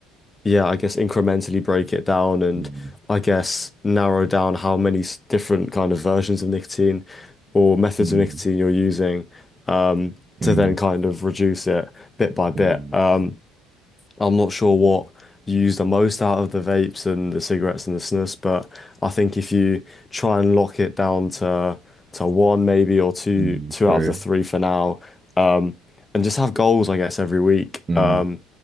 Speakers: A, on the left; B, on the right.
A: yeah, I guess incrementally break it down and
B: mm,
A: I guess narrow down how many s- different kind of versions of nicotine or methods
B: mm,
A: of nicotine you're using um,
B: mm,
A: to then kind of reduce it bit by bit.
B: mm,
A: Um, I'm not sure what you use the most out of the vapes and the cigarettes and the snuffs, but I think if you try and lock it down to to one maybe or two
B: mm,
A: two
B: true.
A: out of the three for now, um, and just have goals, I guess, every week.
B: Mm.
A: Um,